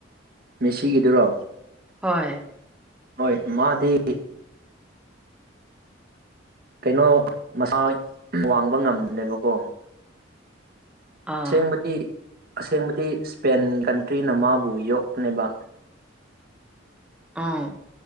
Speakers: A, on the right; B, in the centre.
A: ꯃꯦꯁꯤꯒꯤꯗꯨꯔꯣ
B: ꯍꯣꯏ
A: ꯍꯣꯏ ꯃꯥꯗꯤ ꯏ ꯀꯩꯅꯣ ꯃꯁꯥꯏ ꯋꯥꯡꯕ ꯉꯝꯗꯕꯅꯦꯀꯣ
B: ꯑꯥ
A: ꯁꯦꯡꯕꯗꯤ ꯑꯁꯦꯡꯕꯗꯤ ꯏꯁꯄꯦꯟ ꯀꯟꯇ꯭ꯔꯤꯅ ꯃꯥꯕꯨ ꯌꯣꯛꯄꯅꯦꯕ
B: ꯑꯣ